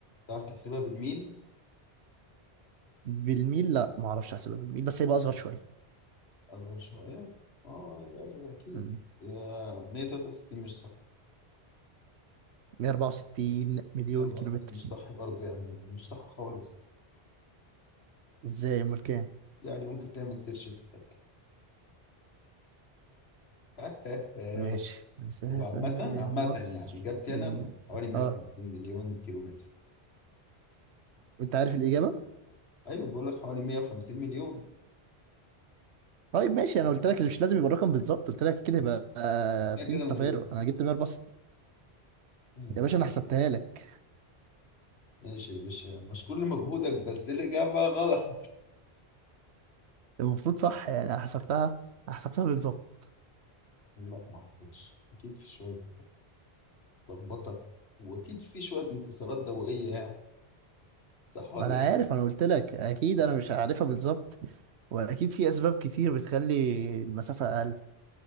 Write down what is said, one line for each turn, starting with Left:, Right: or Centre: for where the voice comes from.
Left: بتعرف تحسبها بالميل
Right: بالميل لا ما اعرفش احسبها بالميل بس هيبقى اصغر شويه
Left: اصغر شويه اه هيبقى اصغر اكيد
Right: مم.
Left: بس آه، 163 مش صح
Right: 164 مليون
Left: 164
Right: كيلومتر
Left: مش صح برضه يعني مش صح خالص
Right: ازاي امال كام
Left: يعني ممكن تعمل سيرش وتتاكد <laughs>
Right: ماشي مسافة
Left: هو عامة
Right: بين
Left: عامة
Right: مصر
Left: يعني إجابتي
Right: بين
Left: أنا حوالي 150
Right: اه
Left: مليون كيلو متر
Right: انت عارف الإجابة
Left: أيوة بقول لك حوالي 150 مليون
Right: طيب ماشي انا قلت لك مش لازم يبقى الرقم بالظبط قلت لك كده يبقى آه،
Left: ده
Right: في
Left: كده
Right: تفارق
Left: مجاز
Right: انا جبت 164
Left: مم.
Right: يا باشا انا حسبتها لك
Left: ماشي يا باشا مشكور لمجهودك بس الإجابة غلط
Right: المفروض صح يعني أنا حسبتها حسبتها بالظبط
Left: <laughs> لا ما أعتقدش أكيد في شوية لخبطه واكيد في شويه انكسارات دوائيه يعني صح ولا
Right: ما انا عارف
Left: ايه
Right: انا قلت لك اكيد انا مش عارفها بالظبط واكيد في اسباب كتير بتخلي المسافة اقل